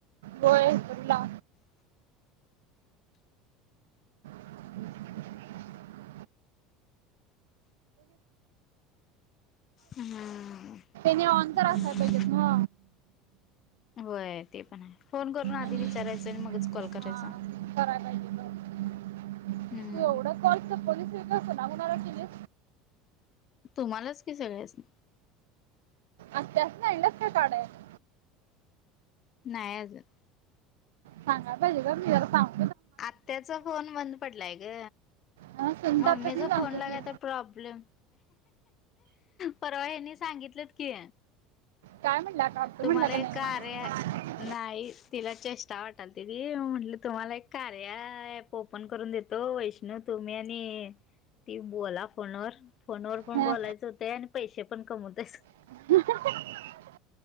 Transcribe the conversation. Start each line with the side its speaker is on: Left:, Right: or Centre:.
Right: होय उपरीला. <unintelligible>
Left: हम्म
Right: नी अंतर
Left: हम्म
Right: <unintelligible> पाहिजे ना.
Left: होय ते पण आहे. फोन करून आधी
Right: आणि
Left: विचारायचं आणि मगच कॉल
Right: हा
Left: करायचा
Right: कराय पाहिजे बर.
Left: हम्म.
Right: एवढं कॉल कुणा कुणाल केली.
Left: तुम्हालाच की सगळ्यासनी?
Right: असत अस इंडस <unintelligible> नाही काढायचा.
Left: नाय अजून.
Right: सांगा पाहिजे का मी जरा सांग
Left: आत्याचा फोन बंद पडलाय ग
Right: हा सुनतात
Left: मम्मीचा
Right: तर मी सांगतो
Left: फोन लागाय
Right: की
Left: तर प्रॉब्लेम परवा हनी सांगितलंत की.
Right: काय म्हणलं काळतो
Left: तुम्हाला
Right: म्हणला का
Left: एक
Right: नाही
Left: कार्या
Right: म?
Left: नाही तिला चेष्टा वाटल तिरी म्हंटले तुम्हाला एक कार्या ॲप ओपन करून देतो वैष्णव तुम्ही आणि ती बोला फोनवर, फोनवर पण
Right: हा,
Left: बोलायच होते आणि पैसे पण कमवतेस.
Right: <unintelligible> <inaudible>